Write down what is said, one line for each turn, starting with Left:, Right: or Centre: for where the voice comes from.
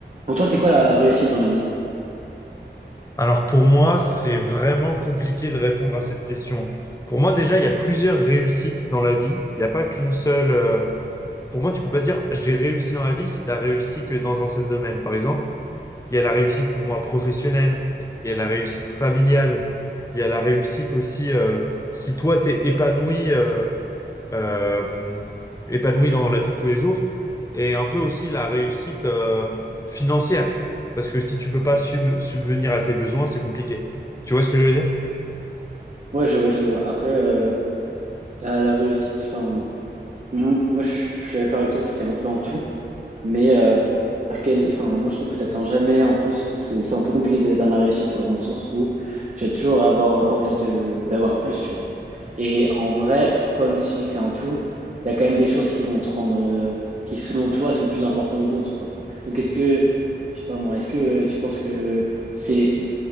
Right: Pour toi, c'est quoi la réussite dans la vie?
Left: Alors pour moi, c'est vraiment compliqué de répondre à cette question. Pour moi, déjà, il y a plusieurs réussites dans la vie. Il n'y a pas qu'une seule. euh, Pour moi, tu peux pas dire j'ai réussi dans la vie si tu as réussi que dans un seul domaine. Par exemple, il y a la réussite pour moi professionnelle, il y a la réussite familiale, il y a la réussite aussi euh, si toi t'es épanoui. euh, euh, épanoui dans la vie de tous les jours et un peu aussi la réussite euh, financière. Parce que si tu peux pas sub- subvenir à tes besoins, c'est compliqué. Tu vois ce que je veux dire?
Right: Ouais, je vois, je vois. Après, euh, la, la réussite, enfin, m- moi, je, je suis d'accord avec toi que c'est un peu en tout, mais euh, à quel, enfin, moi, je trouve que t'atteins jamais un peu, c'est c'est un peu compliqué d'atteindre la réussite, tu vois, dans le sens où tu vas toujours avoir envie de d'avoir plus, tu vois. Et en vrai, toi, même si tu dis que c'est un tout, il y a quand même des choses qui vont te rendre, euh, qui selon toi sont plus importantes que d'autres, quoi. Donc, est-ce que, je sais pas moi, est-ce que tu penses que c'est